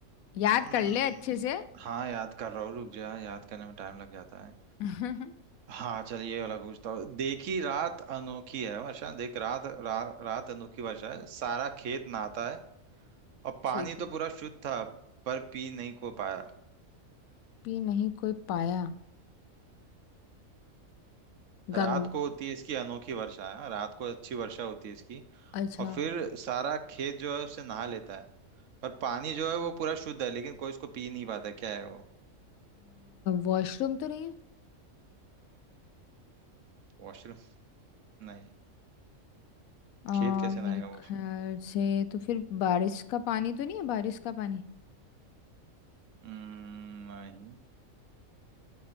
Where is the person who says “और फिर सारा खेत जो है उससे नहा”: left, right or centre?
Right